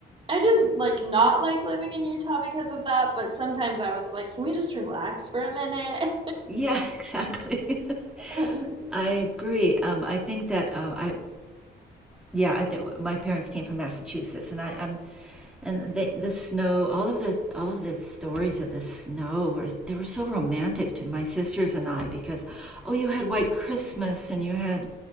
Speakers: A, on the right; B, in the centre.
A: I didn't like not like living in Utah because of that, but sometimes I was like, can we just relax for a minute?
B: yeah, exactly.
A: <laughs>
B: <laughs> I agree. Um, I think that uh, I yeah, I think my parents came from Massachusetts, and I, I'm and they, the snow, all of the all of the stories of the snow were they were so romantic to my sisters and I because oh, you had White Christmas and you had